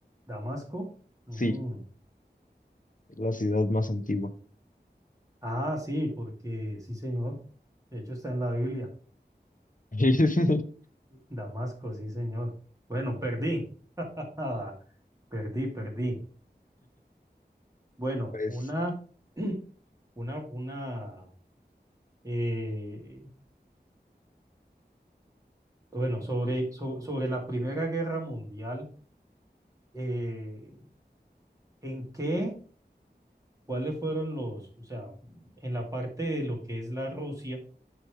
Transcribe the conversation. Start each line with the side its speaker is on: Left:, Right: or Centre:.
Right: Damasco. mm,
Left: Sí, es la ciudad más antigua.
Right: Ah, sí, porque sí, señor. De hecho, está en la Biblia.
Left: <laughs>
Right: Damasco, sí, señor. Bueno, perdí. <laughs> Perdí, perdí. Bueno,
Left: Pues,
Right: una, <clears throat> una, una, eh, bueno, sobre, so- sobre la Primera Guerra Mundial, eh, ¿en qué? ¿Cuáles fueron los, o sea, en la parte de lo que es la Rusia?